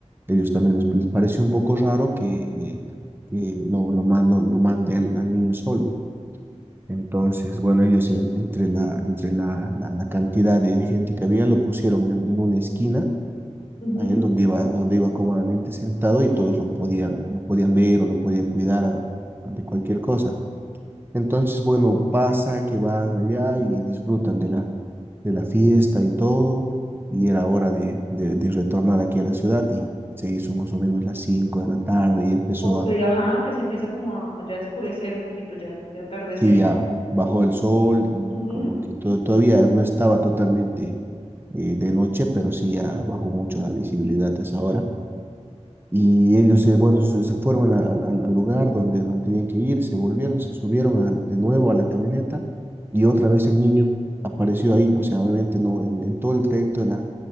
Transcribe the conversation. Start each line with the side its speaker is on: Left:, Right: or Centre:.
Right: ellos también les, les pareció un poco raro que, eh, que lo, lo, ma- lo, lo mande al, al niño solo. Entonces, bueno, ellos en- entre la, entre la, la, la cantidad de gente que había lo pusieron en, en una esquina,
Left: Ujú,
Right: a él donde iba, donde iba cómodamente sentado y todos lo podían, lo podían ver o lo podían cuidar a- ante cualquier cosa. Entonces, bueno, pasa que van allá y disfrutan de la, de la fiesta y todo, y era hora de, de, de retornar aquí a la ciudad y se hizo más o menos las 5 de la tarde y empezó
Left: Ok,
Right: a,
Left: ajá, que se empieza como a, a ya oscurecer un poquito, ya, ya atardecer.
Right: sí, ya bajó el sol y
Left: ujú.
Right: como que todo, todavía no estaba totalmente eh, de noche, pero sí ya bajó mucho la visibilidad a esa hora. Y ellos se, bueno, se, se fueron al al- al lugar donde, donde tenían que ir, se volvieron, se subieron al- de nuevo a la camioneta y otra vez el niño apareció ahí. O sea, obviamente no, en, en todo el trayecto de la,